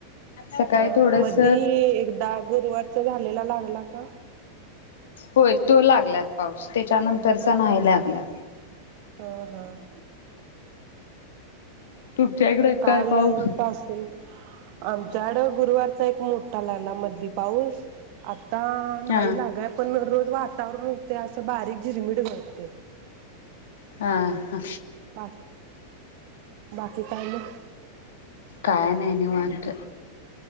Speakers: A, on the left; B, on the right.
A: सकाळी
B: अ
A: थोडस
B: मधी एकदा गुरुवारचा झालेला लागला आ
A: होय तो लागलात पाऊस. त्याच्यानंतरचा नाही लागला.
B: ह ह
A: तुमच्या इकडे
B: काल
A: काय पाऊस
B: पासून आमच्याकडं गुरुवारचा एक मोठा लागला मधी पाऊस आत आता नाहीलागाय
A: हा
B: पण रोज वात वातावरण हुतय असं बारीक झिरमीट गळतय.
A: हा! हा
B: बाकी् बाकी काय मग
A: काय नाही निवांत